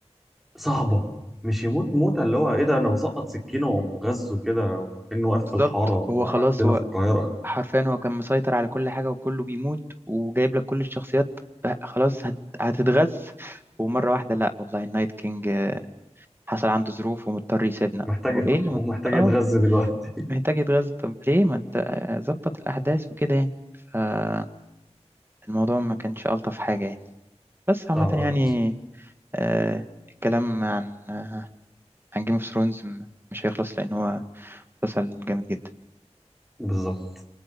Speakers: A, in the centre; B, on the right.
A: صعبه مش يموت موته اللي هو ايه ده انا بسقط سكينه ومغزه كده وكانه واقف
B: بالظبط
A: في الحاره
B: هو
A: عندنا
B: خلاص هو
A: في القاهره
B: حرفيا هو كان مسيطر على كل حاجة وكله بيموت وجايب لك كل الشخصيات آه، خلاص هت... هتتغز ومرة واحدة لا والله النايت كينج آه، حصل عنده ظروف ومضطر يسيبنا
A: محتاج
B: هو
A: <laughs>
B: ايه اللي مت...
A: ومحتاج يتغذى
B: اه
A: دلوقتي
B: محتاج يتغذى طب ليه ما انت آه، ظبط الأحداث وكده يعني فالموضوع ما كانش ألطف حاجة يعني بس عامة
A: اه اه
B: يعني آه الكلام عن آه عن جيم اوف ثرونز مش هيخلص لأن هو مسلسل جامد جدا
A: بالظبط